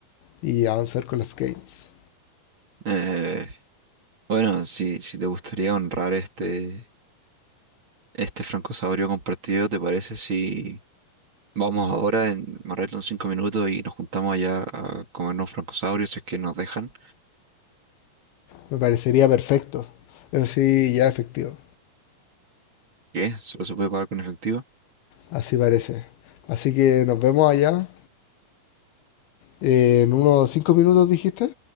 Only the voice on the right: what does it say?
Eh, bueno, si, si te gustaría honrar este, este francosaurio compartido, ¿te parece si vamos ahora en me arreglo en cinco minutos y nos juntamos allá a comernos francosaurios si es que nos dejan?
¿Qué? ¿Solo se puede pagar con efectivo?